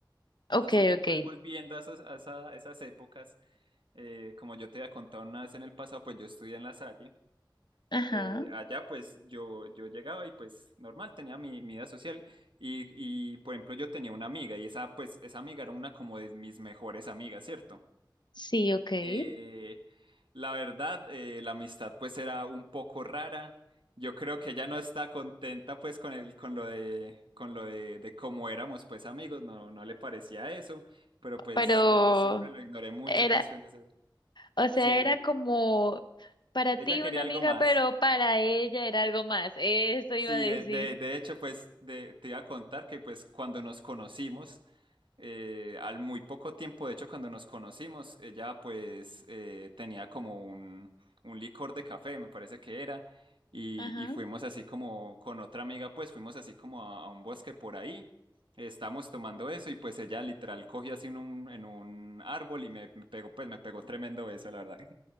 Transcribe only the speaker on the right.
Entonces
ya
pues volviendo a, esos- a esa- esas épocas, eh, como yo te había contado una vez en el pasado, pues yo estudié en La Salle
eh, allá pues yo, yo llegaba y pues normal, tenía mi, mi vida social y, y por ejemplo yo tenía una amiga y esa pues esa amiga era una como de mis mejores amigas, ¿cierto?
Eh, la verdad, eh, la amistad pues era un poco rara. Yo creo que ella no está contenta pues con el, con lo de, con lo de, de cómo éramos pues amigos, no, no le parecía eso, pero pues
eh, yo siempre lo ignoré mucho
pues en ese...
Sí, dime.
Ella
quería
algo
más.
Sí,
de, de- de hecho, pues de- te iba a contar que pues cuando nos conocimos, eh, al muy poco tiempo, de hecho, cuando nos conocimos, ella pues eh, tenía como un, un licor de café, me parece que era, y,
y fuimos así como con otra amiga, pues fuimos así como a, a un bosque por ahí, estábamos tomando eso y pues ella literal cogió así en un, en un árbol y me, me pegó, pues me pegó tremendo eso, la verdad.